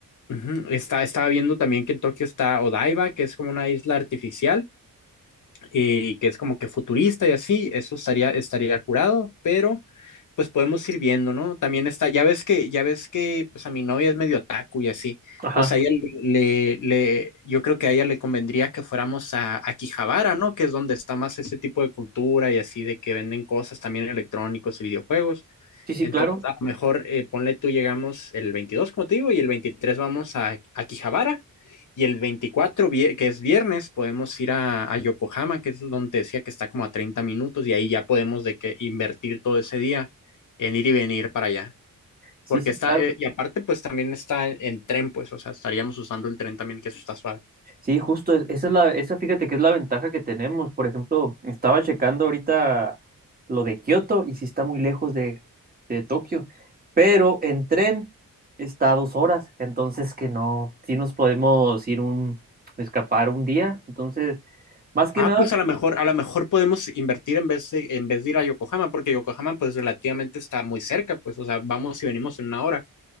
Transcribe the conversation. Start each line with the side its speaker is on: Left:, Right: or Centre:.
Left: ujú, Está, estaba viendo también que en Tokio está Odaiba, que es como una isla artificial y que es como que futurista y así, eso estaría, estaría curado, pero pues podemos ir viendo, ¿no? También está, ya ves que, ya ves que, pues a mi novia es medio otaku y así,
Right: Ajá.
Left: entonces a ella le, le, le- yo creo que a ella le convendría que fuéramos a, a Akihabara, ¿no? Que es donde está más ese tipo de cultura y así de que venden cosas también electrónicos y videojuegos.
Right: Sí, sí,
Left: Entonces,
Right: claro.
Left: a lo mejor, eh, ponle tú, llegamos el 22 como te digo, y el 23 vamos a, a Akihabara, y el 24 vie- que es viernes, podemos ir a, a Yokohama, que es donde te decía que está como a 30 minutos, y ahí ya podemos de que invertir todo ese día en ir y venir para allá.
Right: Sí,
Left: Porque
Right: sí,
Left: está,
Right: claro.
Left: eh, y aparte, pues también está en tren, pues, o sea, estaríamos usando el tren también, que eso está suave.
Right: Sí, justo, es- esa es la, esa fíjate que es la ventaja que tenemos. Por ejemplo, estaba checando ahorita lo de Kioto y sí está muy lejos de, de Tokio, pero en tren está a dos horas, entonces que no, sí nos podemos ir un, escapar un día. Entonces, más que
Left: Ah,
Right: nada,
Left: pues a lo mejor, a lo mejor podemos invertir en vez de, en vez de ir a Yokohama, porque Yokohama, pues, relativamente está muy cerca, pues, o sea, vamos y venimos en una hora.